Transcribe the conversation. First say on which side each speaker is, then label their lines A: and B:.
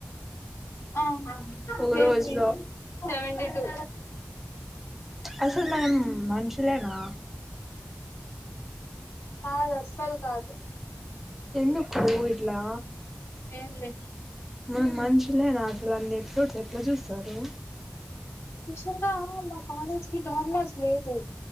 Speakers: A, on the left (about 80°); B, in the centre.
A: ఆహా
B: ఒక
A: డెన్వీ
B: రోజులో
A: సెవెంటీ టూ
B: అసలు మనం మనుషులేనా
A: కాదు అస్సల్ కాదు
B: ఎందుక్ కో ఇట్లా
A: ఏం లే
B: మనం మనుషులేనా అసలు అన్ని ఎపిసోడ్స్ ఎట్లా చూస్తారు
A: యాక్చువల్ గా మా కాలేజ్ హి డోంట్ క్నౌస్ స్నేహితు